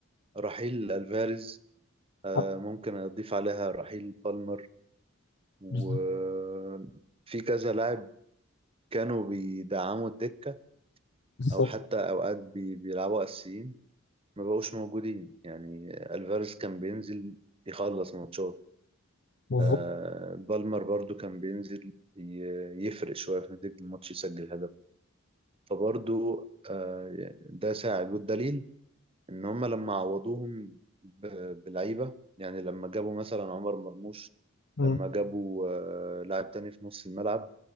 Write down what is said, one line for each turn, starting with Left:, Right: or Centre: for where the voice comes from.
Right: رحيل الفاريز آه،
Left: آه،
Right: ممكن اضيف عليها رحيل بالمر وفي
Left: بالظبط
Right: كذا لاعب كانوا بيدعموا الدكة
Left: بالظبط
Right: أو حتى أوقات بي بيلعبوا أساسيين ما بقوش موجودين يعني ألفاريز كان بينزل يخلص ماتشات
Left: بالظبط.
Right: آه بالمر برضو كان بينزل ي- يفرق شوية في نتيجة الماتش يسجل هدف فبرضو آه يعني ده ساعد والدليل إن هما لما عوضوهم ب- بلعيبة يعني لما جابوا مثلا عمر مرموش
Left: مم،
Right: لما جابوا آه لاعب تاني في نص الملعب